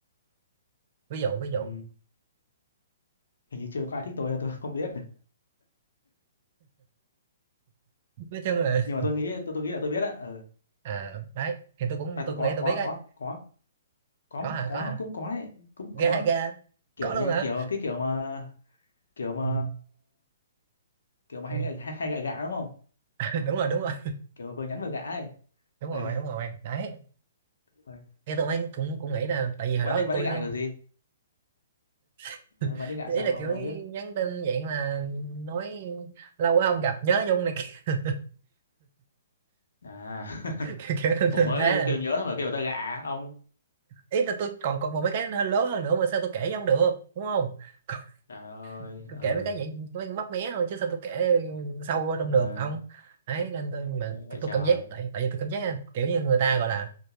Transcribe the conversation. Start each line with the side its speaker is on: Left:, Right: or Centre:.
Right: ví dụ ví dụ
Left: ừ. hình như chưa có ai thích tôi tôi không biết
Right: nói chung
Left: <laughs>
Right: là
Left: nhưng mà tôi nghĩ tôi tôi nghĩ là tôi biết á ờ
Right: à đấy thì tôi cũng
Left: à
Right: tôi
Left: tôi có
Right: cũng nghĩ tôi
Left: có
Right: biết đấy
Left: có có có
Right: có
Left: một
Right: hả
Left: có
Right: có hả
Left: cũng có đấy cũng
Right: ghê
Left: có
Right: hả, ghê hả?
Left: kiểu
Right: có luôn
Left: như-
Right: hả
Left: kiểu cái kiểu mà kiểu mà
Right: Ừ,
Left: kiểu mà
Right: ừ.
Left: hay gạ- hay, hay gạ gạ đúng không
Right: <laughs> đúng rồi đúng rồi
Left: kiểu vừa nhắn vừa gạ ấy
Right: đúng
Left: ừ.
Right: rồi đúng rồi đấy
Left: <laughs> rồi.
Right: cái tôi mới cũng cũng nghĩ là tại vì hồi
Left: bạn
Right: đó
Left: ấy bạn
Right: tôi
Left: ấy gạ
Right: nó
Left: kiểu gì
Right: <laughs>
Left: Ờ, bạn đi gạ
Right: ý
Left: sao
Right: là
Left: ông
Right: kiểu
Left: mà không biết
Right: nhắn tin dạng là nói lâu quá không gặp nhớ nhung này <laughs> kiểu,
Left: à <laughs>
Right: kiểu, kiểu thế
Left: ủa mới
Right: thế à
Left: kêu nhớ thôi mà kêu người ta gạ ông
Right: ý là tôi còn còn một mấy cái nó lớn hơn nữa mà sao tôi kể với ông được đúng không <laughs>
Left: trời ơi
Right: tôi
Left: ờ
Right: kể mấy cái vậy mấy móc mé thôi chứ sao tôi kể sâu vô trong
Left: ờ,
Right: được ông ấy nên tôi mà
Left: vậy
Right: tôi
Left: trời
Right: cảm giác tại tại vì tôi cảm giác á, kiểu như người ta gọi là